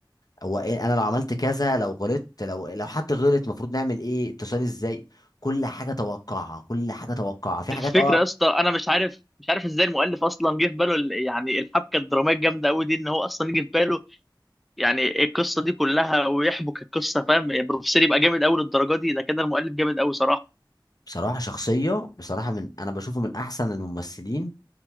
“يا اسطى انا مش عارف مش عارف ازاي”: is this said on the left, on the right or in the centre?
Centre